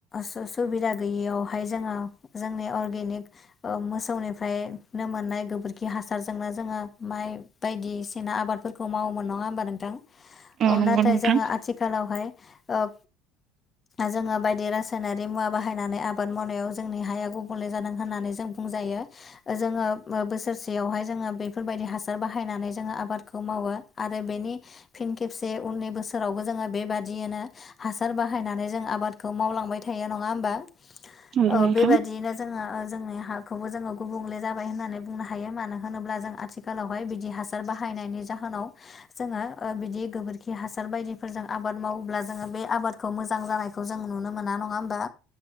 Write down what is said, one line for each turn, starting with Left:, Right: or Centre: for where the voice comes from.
Left: सु-सुबिदा गैयियावहाय जोङो जोंनि अर्गेनिक ओ मोसौनिफ्रायनो मोननाय गोबोरखि हासारजोंनो जोङो माइ बायदिसिना आबादफोरखौ मावोमोन नङा होमबा नोंथां औ
Right: नंगौ
Left: नाथाय
Right: नोंथां
Left: जोङो आथि खालावहाय ओ जोङो बायदि रासायनारि मुवा बाहायनानै आबाद मावनायाव जोंनि हाया गुबुंले जादों होननानै जों बुंजायो जोङो बोसोरसेयावहाय जोङो बेफोरबायदि हासार बाहायनानै जोङो आबादखौ मावो आरो बेनि फिन खेबसे उननि बोसोरावबो जोङो बेबादियनो हासार बाहायनानै जों आबादखौ मावलांबाय थायो नङा होमबा
Right: नंगौ
Left: औ
Right: नोंथां
Left: बेबादियैनो जोङो जोंनि हाखौबो जोङो गुबुंले जाबाय होननानै बुंनो हायो मानो होनोब्ला जों आथिखालावहाय बिदि हासार बाहायनायनि जोनाव जोङो बिदि गोबोरखि हासार बायदिफोरजों आबाद मावोब्ला जोङो बे आबाद मोां जानायखौ जों नुनो मोना नङा हबा